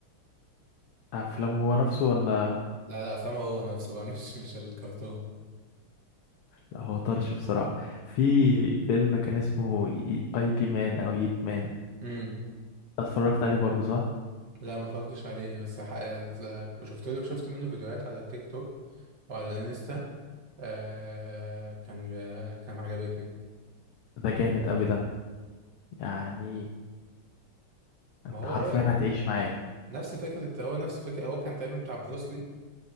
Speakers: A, on the left; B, on the right.
A: أفلامه هو نفسه ولا
B: لا لا افلامه هو نفسه بقى <laughs> مش مش الكرتون
A: لا هو طرش بصراحة في فيلم كان اسمه اي بي مان او ييب مان
B: امم
A: اتفرجت عليه برضو صح
B: لا ما اتفرجتش عليه بس حق... لا، شفت له شفت منه فيديوهات على التيك توك وعلى الانستا آه... كان كان عجبتني
A: ده جامد قوي ده يعني انت
B: ما هو
A: حرفيا
B: هو
A: هتعيش معاه
B: نفس فكرة هو نفس فكرة هو كان تقريبا بتاع بروسلي